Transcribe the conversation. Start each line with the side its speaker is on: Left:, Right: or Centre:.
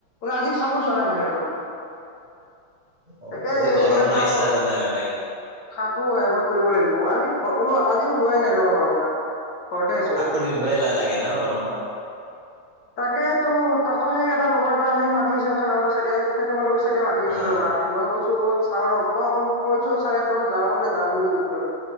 Left: আজি খাব যোৱা নাই বাহিৰৰ পৰা।
Right: অ',
Left: তাকে
Right: এই
Left: এইগিলা
Right: গৰম ন
Left: খাত।
Right: ইচ্ছা যোৱা নাই আৰু নেকি?
Left: চাহো এভৰ্ড কৰিব লাগিব আজি ওল আজি ওলাই নাই ৰবা ঘৰৰ পৰা। ঘৰতে আছো
Right: কাপোৰ
Left: আজি
Right: পিন্ধবাই এলাহ লাগে ন গৰমত?
Left: তাকে তো। তাকো সেই এটা লগৰ এটা সেই মাতি আছিল খানাপাৰ চাইডেেই তোমালোকৰ চাইডে মাতি আছিল
Right: অ',
Left: ৰবা মই কৈছো। চা মই কৈছো চি আঠটা মান যাব পাৰে যাম বুলি কৈছো। বাৰ